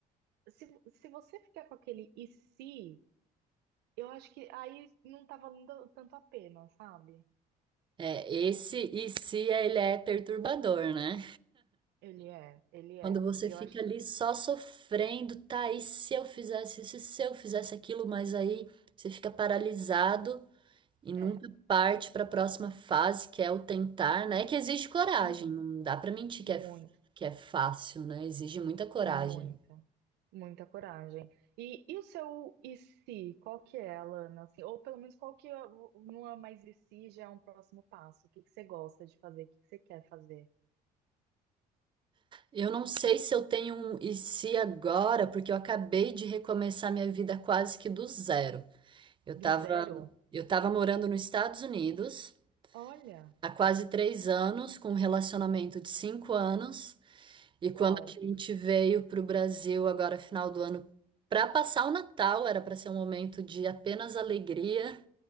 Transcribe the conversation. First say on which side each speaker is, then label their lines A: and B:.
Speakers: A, on the right; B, on the right.
A: se, se você ficar com aquele e se. Eu acho que aí não tava valendo tanto a pena, sabe?
B: É, esse e se ele é perturbador, né?
A: Ele é, ele
B: Quando
A: é.
B: você
A: Eu
B: fica
A: acho que
B: ali só sofrendo, tá, e se eu fizesse isso, e se eu fizesse aquilo, mas aí você fica paralisado e nunca
A: é.
B: parte para a próxima fase, que é o tentar, né? Que exige coragem,
A: Uhum.
B: não dá para mentir que
A: Muito,
B: é, que é fácil, né? Exige muita coragem.
A: muita, muita coragem. E, e o seu e se? Qual que é, Alana? Assim, ou pelo menos qual que é, o- não é mais e se, já é um próximo passo? O que que você gosta de fazer? O que que você quer fazer?
B: Eu não sei se eu tenho um e se agora, porque eu acabei de recomeçar minha vida quase que do zero. Eu
A: Do
B: tava,
A: zero?
B: eu tava morando nos Estados Unidos
A: Olha,
B: há quase três anos, com um relacionamento de cinco anos, e
A: uau.
B: quando a gente veio para o Brasil agora, final do ano, para passar o Natal, era para ser um momento de apenas alegria